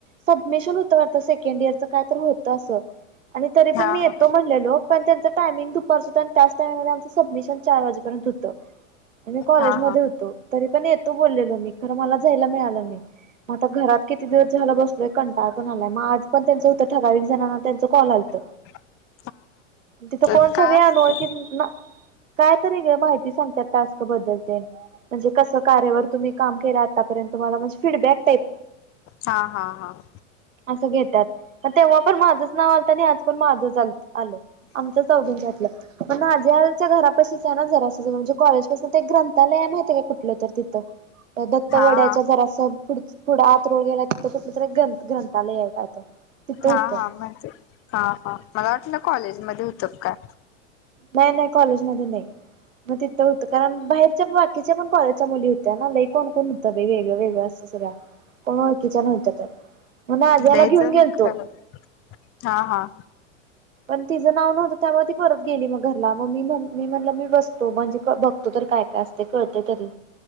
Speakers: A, on the right; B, on the left.
A: सबमिशन होत वाटत सेकंड इयरच काय तर होत असं आणि तरी
B: हा
A: पण मी येतो
B: हा
A: म्हणलेलो पण त्यांच टायमिंग दूपारच होता आणि त्याच टामिंगमध्ये आमंच सबमिशन चार वाजे पर्यंत होत आणि मी कॉलेज
B: हा
A: मध्ये
B: हा
A: होतो. तरी पण येतो बोललेलो मी खरं मला जायला मिळालं नाही. म आता घरात किती दिवस झालं बसलोय कंटाळ पणा आला मग आज पण त्यांचं होतं ठराविक जणांना त्यांच कॉल आलत.
B: <unintelligible>
A: तिथ
B: तर
A: कोण सगळे
B: काय असत
A: अनोळखीच ना. काय तरी ग माहिती सांगतात टास्क बद्दल ते म्हणजे कस कार्यावर तुम्ही काम केलं आतापर्यंत तुम्हाला म्हणे फीडबॅक टाईप.
B: हा हा हा
A: असं घेतात तेव्हा पण माझंच नाव आलतं आणि आज पण माझं आ आल आमच चौघींच्यातलं मण माझ्याच्या आलच्या घरा पासनच आहे ना जरा ज म्हणजे कॉलेज पाासून तर एक ग्रंथाय माहिती आहे काय कुठलं तर तिथं त्या दत्त
B: हा
A: वड्याच्या
B: हा
A: जरा असं पुढ पुढे आत रोड गेला तिथं कुठलं तरी गंथ -ग्रंथालय हाय काय तर. तिथं
B: हा
A: होतं
B: हा माहित ये हा हा मला वाटलं कॉलेजमध्ये होतं की काय.
A: नाही नाही कॉलेजमध्ये नाही. मग तिथं होतं कारण बाहेरच्या बाकीच्या पण कॉलेजच्या मुली होत्या ना लई कोण कोण होतं वेगळं वेगळं असं. त्या सगळ्या कोण ओळखीच्या नव्हत्या त्यात म्हणून आज्याला
B: लय
A: घेऊन
B: जण
A: गेलतो.
B: खरं हा हा.
A: पण तिज नाव नव्हतं त्यामुळे ती परत गेली मग घरला मग मी- मी म्हणलं मी बसतो म्हणजे बघतो तर काय कायं ते कळतंय तरी.